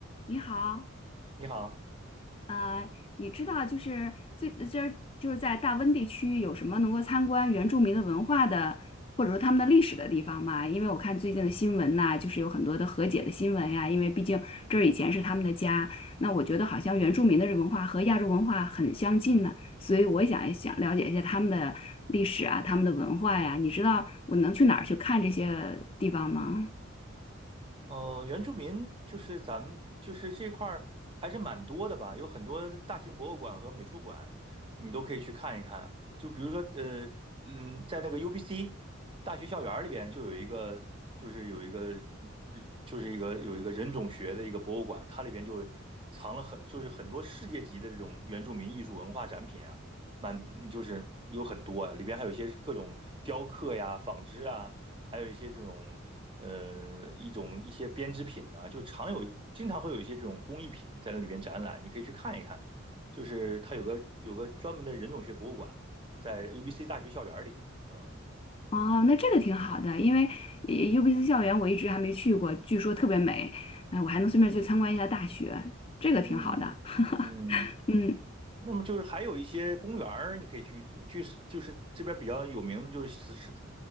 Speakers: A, on the left (about 25°); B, on the right (about 25°).
A: 你好，
B: 你好，
A: 呃，你知道就是最这就是在大温地区有什么能够参观原住民的文化的，或者说他们的历史的地方吗？因为我看最近的新闻呐、就是有很多的和解的新闻呀、因为毕竟这儿以前是他们的家，那我觉得好像原住民的文化和亚洲文化很相近呢，所以我也想一想了解一下他们的历史啊，他们的文化呀、你知道我能去哪儿去看这些地方吗？
B: 呃，原住民就是咱们就是这块儿还是蛮多的吧，有很多大型博物馆和美术馆，你都可以去看一看。就比如说，呃，嗯，在那个 UBC 大学校园儿里边就有一个，就是有一个，嗯就是一个有一个人种学的一个博物馆，它里边就藏了很就是很多世界级的这种原住民艺术文化展品啊，蛮就是有很多啊，里边还有一些各种雕刻呀、纺织啊。还有一些这种呃一种一些编织品呐、就常有经常会有一些这种工艺品在那里边展览，你可以去看一看。就是它有个有个专门的人种学博物馆，在 UBC 大学校园里。嗯
A: 哦，那这个挺好的，因为呃 UBC 校园我一直还没去过，据说特别美，哎，我还能顺便去参观一下大学，这个挺好的。
B: 嗯嗯。
A: <laughs> 嗯。
B: 那么就是还有一些公园儿，你可以去去，就是这边比较有名的就是是